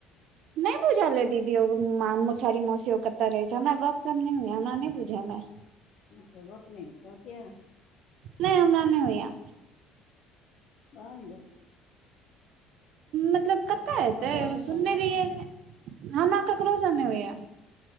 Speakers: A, on the right; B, on the left.
A: नहि नहि बुझल है दीदी ओ म मूसरी मौसी कतऽ रहै छै हमरा गप सप नहि होय हमरा नहि बुझल अइ।
B: अच्छा गप नहिइ होय छौ कियाऽ?
A: नहि हमरा नहि होइया।
B: बंद
A: मतलब कतऽ
B: ओकर
A: एतै
B: ओकर बड़ ओसभ
A: सुनने
B: नहि
A: रहियै हमरा ककरो स नहि होयऽ।